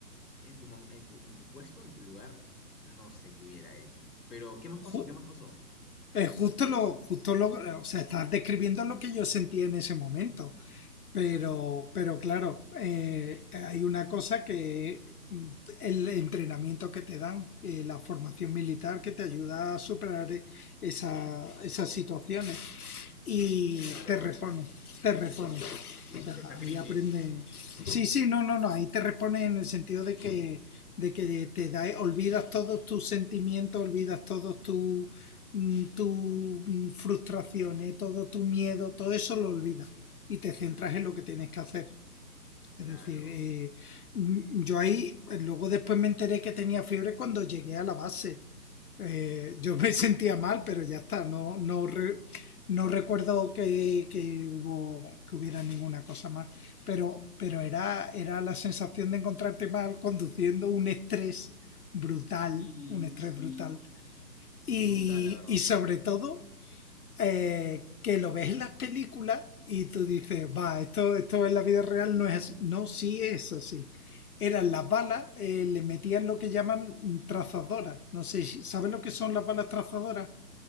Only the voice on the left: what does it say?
Ju-
eh, justo lo, justo lo, o sea, estás describiendo lo que yo sentía en ese momento. Pero, pero claro, eh, hay una cosa que mm, el entrenamiento que te dan, eh, la formación militar que te ayuda a superar e- esa- esas situaciones y
te repone, te repone. O sea,
ahí
aprende. Sí, sí, no, no, no, ahí te repone en el sentido de que, de que te da, olvidas todos tus sentimientos, olvidas todos tus tu frustraciones, todo tu miedo, todo eso lo olvidas y te centras
en lo que tienes que hacer.
Es decir, eh, mm, yo ahí, luego después me enteré que tenía fiebre cuando llegué a la base eh, yo me <laughs> sentía mal, pero ya está, no, no, re- no recuerdo que, que hubo, que hubiera ninguna cosa más, pero, pero era, era la sensación de encontrarte mal conduciendo un estrés brutal,
un estrés
brutal.
Y,
y sobre todo, eh, que lo ves en las películas y tú dices, va, esto, esto en la vida real no es así. No, sí es así. Eran las balas, eh, le metían lo que llaman trazadoras. No sé, si- ¿sabes lo que son las balas trazadoras?